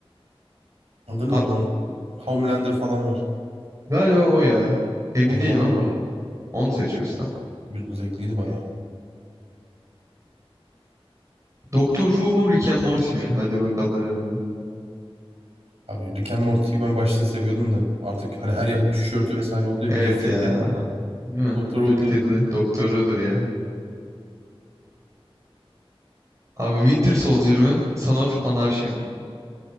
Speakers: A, on the right; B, on the right.
A: adı
B: Abi,
A: neydi onun? Homelander falan var.
B: galiba o ya. Emin
A: O zaman
B: değilim ama.
A: o ya.
B: Onu seçiyoruz tamam.
A: Güzel- Zevkliydi bayağı.
B: Doctor Who mu Rick and Morty mi? Hadi bakalım.
A: Abi Rick and Morty'yi ben başta seviyordum da artık hani her yerde tişörtü vesaire oluyor
B: Evet
A: bir nefret
B: ya.
A: geldi bana.
B: Değil mi?
A: Doktor
B: Bıktırdı.
A: Who diyorum.
B: Doktorudur ya. Abi Winter Soldier mı? Son of Anarchy mi?